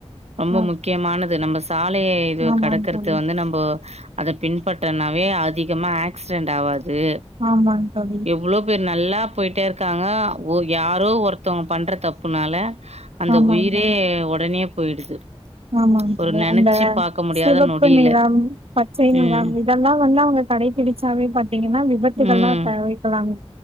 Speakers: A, on the right; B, on the right.
A: ரொம்ப
B: ஆ
A: முக்கியமானது நம்ப சாலையை இதுவ
B: ஆமாங்
A: கடக்குறது
B: தோழி
A: வந்து நம்போ அத பின்பற்றனாவே அதிகமா ஆக்சிடென்ட் ஆவாது து
B: ஆமாங் தோழி
A: எவ்ளோ பே நல்லா போயிட்டே இருக்காங்க ஒ யாரோ ஒருத்தவங்க பண்ற தப்புனால அந்த
B: ஆமாங்
A: உயிரே
B: தோழி
A: ஒடனே போயிடுது
B: ஆமாங் தோழி
A: ஒரு நெனச்சு
B: அந்த
A: பாக்க முடியாத
B: சிவப்பு
A: நொடியில
B: நிறம் பச்சை நிறம்
A: ம்
B: இதெல்லா வந்து அவங்க கடைபிடிச்சாவே பாத்தீங்கன்னா விபத்துகள்லாம்
A: ம்
B: தவிர்கலாங்க